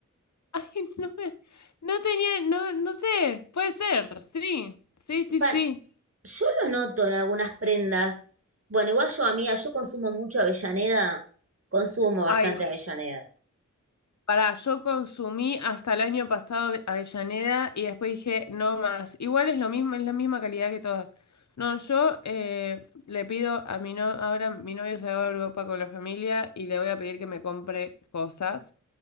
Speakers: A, on the left; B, on the right.
A: Ay, <laughs> no me... No tenía... No, no sé. Puede ser. Sí. Sí, sí,
B: Pan,
A: sí.
B: yo lo noto en algunas prendas. Bueno, igual yo, amiga, yo consumo mucho Avellaneda, consumo bastante
A: Ay,
B: Avellaneda.
A: pará. Yo consumí hasta el año pasado Avellaneda y después dije, no más. Igual es lo mismo, es la misma calidad que todas. No, yo eh, le pido a mi no... Ahora mi novio se va a Europa con la familia y le voy a pedir que me compre cosas.